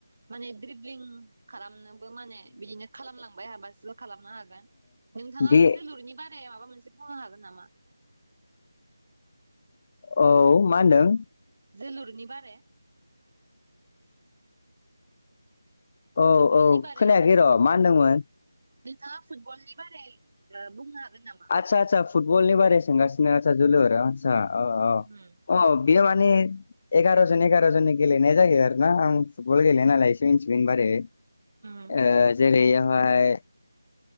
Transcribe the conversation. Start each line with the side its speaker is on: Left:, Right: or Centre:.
Right: माने द्रिब्लिं खालामनोबो माने बिदिनो खालामलांबाय हाबासो खालामनो हागोन, नोंथाङा
Left: बे
Right: जोलुरनि बारै माबा मोनसे बुंनो हागोन नामा?
Left: औ मा होनदों?
Right: जोलुरनि बारे?
Left: औ
Right: फुटबलनि
Left: औ
Right: बारे
Left: खोनायाखै
Right: माबा
Left: र' मा होनदोंमोन?
Right: नोंथाङा फुटबलनि बारै ओ बुंनो हागोन नामा?
Left: आदसा आदसा फुटबलनि बारै सोंगासिनो आसा जोलुर आदसा औ
Right: उम
Left: औ अ। बियो माने एगार' जन एगार' जनै गेलेनाय जायो आरो ना आं फुटबल गेलेया नालाय एसे <unintelligible> बारै ओ
Right: उम
Left: जेरै हाय